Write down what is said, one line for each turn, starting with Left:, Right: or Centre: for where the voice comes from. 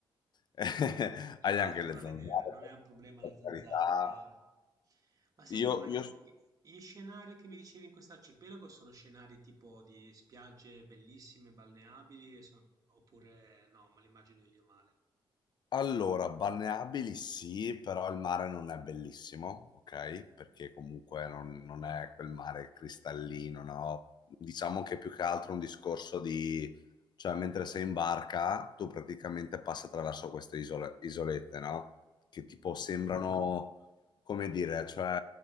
Left: <laughs>
Right: c'è
Left: hai
Right: altro
Left: anche le
Right: da
Left: zanzare,
Right: vedere, non è un problema
Left: per
Right: la
Left: per
Right: zanzara,
Left: carità.
Right: chiaro. Ma senti,
Left: Io,
Right: ma gli,
Left: io
Right: gli scenari che mi dicevi in quest'arcipelago sono scenari tipo di spiagge bellissime, balneabili, e sono- oppure no, me li immagino io male.
Left: Allora, balneabili sì, però il mare non è bellissimo, ok? Perché
Right: Mm.
Left: comunque non, non è quel mare cristallino, no? Diciamo che è più che altro è un discorso di... cioè mentre sei in barca, tu praticamente passi attraverso queste isole- isolette, no? Che
Right: Mhm.
Left: tipo sembrano, come dire, cioè